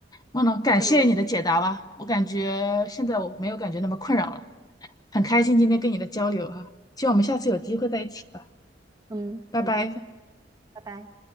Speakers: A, on the left; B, on the right.
A: 忘了，感谢你的解答吧，
B: 就
A: 我感觉现在我没有感觉那么困扰了，很开心今天跟你的交流哈、希望我们下次有机会在一起吧，
B: 嗯，
A: 拜拜。
B: 很开心，拜拜。